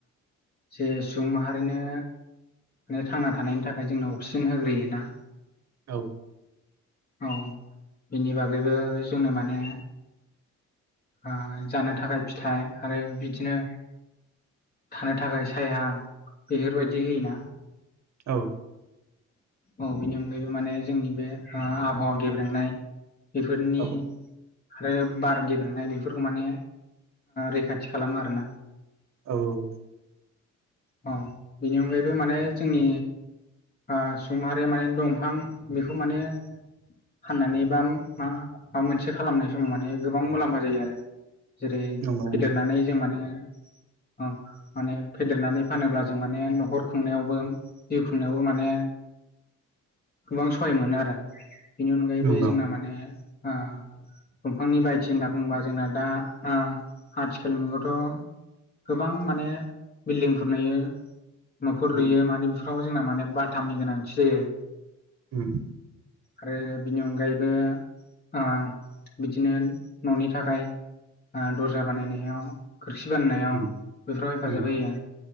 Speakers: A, on the left (about 30°); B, on the right (about 65°).
A: जे सुबुं माहारिनो माने थांना थानायनि थाखाय जोंनो अक्सिजेन होग्रोयोना
B: औ
A: औ बिनि बागैबो जोंनो माने ओ जानो थाखाय फिथाइ आरो बिदिनो थानो थाखाय साया बेफोरबायदि होयोना।
B: औ
A: औ बेनि अनगायैबो माने जोंनि बे आबहावा गेब्रेंनाय बेफोरनि
B: औ
A: आरो बार गेब्रेंनाय बेफोरखौ माने रैखाथि खालामो आरोना।
B: औ औ
A: औ बेनि अनगायैबो माने जोंनि ओ सुबुंमाहारि माने दंफां बेखौ माने फाननानै बा मा माबा मोनसे खालामनाय समाव माने गोबां मुलाम्फा जायो आरो। जेरै
B: नंगौ
A: फेदेरनानै
B: नोंथां
A: जों माने औ माने फेदेरनानै फानोब्ला जों माने नखर खुंनायावबो जिउ खुंनायावबो माने गोबां सहाय मोनो आरो। बेनि अनगायैबो
B: नंगौ
A: जोंना माने ओ दंफांनि बाहायथि होनना बुंङोबा जोंना दा ओ आथिखाल मुगायावथ'गोबां माने बिल्डिंफोर लुयो, न'फोर लुयो
B: उम
A: मानि बे फोर जोंना माने बाथामनि गोनांथि जायो।
B: उम
A: आरो बिनि अनगायैबो ओ बिदिनो न'नि थाखाय ओ दर्जा बानायनायाव खोरखि बाननायाव
B: उम
A: बेफोराव हेफाजाब
B: उम
A: होयो